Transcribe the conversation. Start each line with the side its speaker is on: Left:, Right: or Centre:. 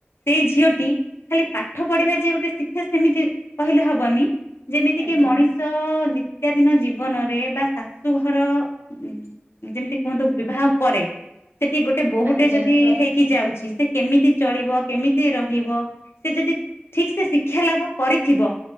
Left: ସେଇ ଝିଅଟି ଖାଲି ପାଠ ପଢିବା ଯେ ଗୋଟେ ଶିକ୍ଷା ସେମିତି କହିଲେ ହବନି ଯେମିତି
Right: ଆଜ୍ଞା
Left: କି ମଣିଷ ନିତ୍ୟାଦିନ ଜୀବ ଜୀବନରେ ବା ଶାଶୁଘର ଯେମିତି କୁହନ୍ତୁ ବିବାହ ପରେ ସେଠି ଗୋଟେ ବୋହୁଟେ
Right: ଆଜ୍ଞା
Left: ଯଦି
Right: ତ
Left: ହେଇକି ଯାଉଛି ସେ କେମିତି ଚଳିବ କେମିତି ରହିବ ସେ ଯଦି ଠିକ୍ ସେ ଶିକ୍ଷା ଲାଭ କରିଥିବ